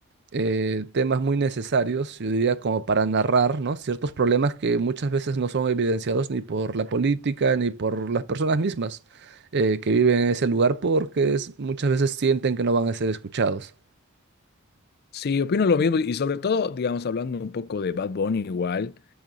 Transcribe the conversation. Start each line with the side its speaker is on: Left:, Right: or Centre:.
Right: eh, temas muy necesarios, yo diría como para narrar, ¿no? Ciertos problemas que muchas veces no son evidenciados ni por la política ni por las personas mismas eh, que viven en ese lugar porque es- muchas veces sienten que no van a ser escuchados.
Left: Sí, opino lo mismo y sobre todo, digamos, hablando un poco de Bad Bunny igual,